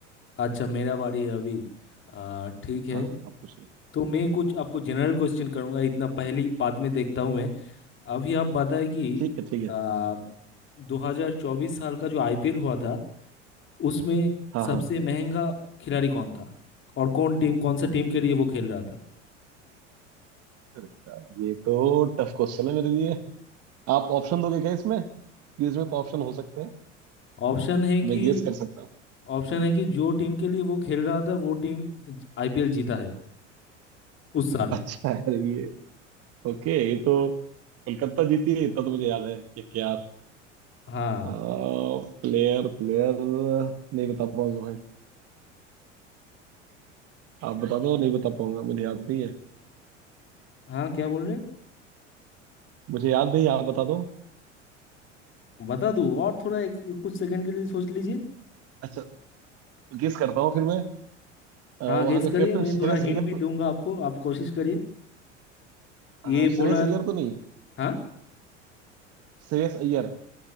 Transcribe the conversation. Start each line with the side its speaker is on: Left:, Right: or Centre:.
Left: अच्छा मेरा बारी है अभी आ, ठीक है
Right: हाँ हाँ आप पूछो
Left: तो मैं कुछ आपको जनरल क्वेश्चन करूंगा इतना पहली बाद में देखता हूं मैं अभी आप बताएं कि
Right: ठीक है ठीक है
Left: आ, 2024 साल का जो आईपीएल हुआ था उसमें
Right: हाँ
Left: सबसे
Right: हाँ
Left: महंगा खिलाड़ी कौन था और कौन टीम कौन सा टीम के लिए वो खेल रहा था
Right: अरे यार, ये तो टफ क्वेश्चन है मेरे लिए आप ऑप्शन दोगे क्या इसमें कि इसमें ऑप्शन हो सकते हैं
Left: ऑप्शन है
Right: तो
Left: कि
Right: मैं गेस कर सकता हूँ
Left: ऑप्शन है कि जो टीम के लिए वो खेल रहा था वो टीम आईपीएल जीता है उस साल
Right: <laughs> अच्छा यार ये ओके ये तो कोलकाता जीती है इतना तो मुझे याद है कि क्या
Left: हाँ
Right: प्लेयर प्लेयर नहीं बता पाऊंगा भाई आप बता दो नहीं बता पाऊंगा मुझे याद नहीं है
Left: हाँ क्या बोल रहे
Right: मुझे याद नहीं है, आप बता दो
Left: बता दूँ और थोड़ा एक कुछ सेकंड के लिए सोच लीजिए
Right: अच्छा गेस करता हूँ फिर मैं अ, वहाँ
Left: हाँ गेस
Right: का
Left: करिए
Right: कैप्टन
Left: मैं
Right: श्रेयस
Left: थोड़ा हिंट
Right: अय्यर
Left: भी
Right: तो
Left: दूंगा आपको आप कोशिश करिए ये
Right: अ, श्रेयस
Left: बॉलर
Right: अय्यर तो नहीं
Left: हाँ
Right: श्रेयस अय्यर